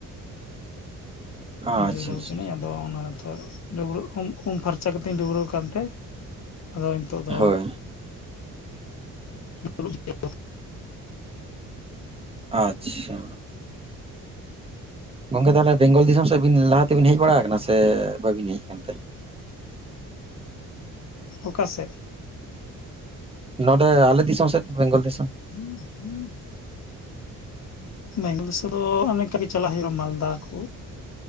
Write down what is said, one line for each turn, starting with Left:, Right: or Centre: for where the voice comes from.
Right: <inaudible> ᱟᱪᱪᱷᱟ
Left: ᱡᱤᱨᱟᱹᱣ
Right: ᱟᱪᱪᱷᱟ
Left: ᱠᱟᱹᱱᱟᱹᱧ ᱟᱫᱚ ᱚᱱᱟ ᱛᱚ ᱰᱟᱹᱵᱽᱨᱩᱜ ᱩᱢ ᱩᱢ ᱯᱷᱟᱨᱪᱟ ᱠᱟᱛᱮᱜ ᱤᱧ ᱰᱟᱹᱵᱽᱨᱟᱹᱣ ᱠᱟᱱ ᱛᱮ ᱟᱫᱚ ᱱᱤᱛᱚᱜ ᱫᱚ
Right: ᱦᱳᱭ
Left: ᱫᱩᱲᱩᱵ ᱡᱤᱨᱟᱹᱣ᱾
Right: ᱟᱪᱪᱷᱟ᱾ ᱜᱚᱝᱠᱮ ᱛᱟᱦᱚᱞᱮ ᱵᱮᱝᱜᱚᱞ ᱫᱤᱥᱚᱢ ᱥᱮᱫ ᱵᱤᱱ ᱞᱟᱦᱟ ᱛᱮᱵᱤᱱ ᱦᱮᱡ ᱵᱟᱲᱟ ᱟᱠᱟᱱᱟ ᱥᱮ ᱵᱟᱵᱤᱱ ᱦᱮᱡ ᱟᱠᱟᱱ ᱛᱮ?
Left: ᱚᱠᱟ ᱥᱮᱫ?
Right: ᱱᱚᱰᱮ ᱟᱞᱮ ᱫᱤᱥᱚᱢ ᱥᱮᱫ ᱵᱮᱝᱜᱚᱞ ᱫᱤᱥᱚᱢ᱾
Left: <inaudible> ᱵᱮᱝᱜᱚᱞ ᱫᱤᱥᱚᱢ ᱫᱚ ᱚᱱᱮ ᱚᱱᱠᱟᱜᱮ ᱪᱟᱞᱟᱜ ᱦᱩᱭᱩᱜ-ᱟ ᱢᱟᱞᱫᱟ ᱠᱚ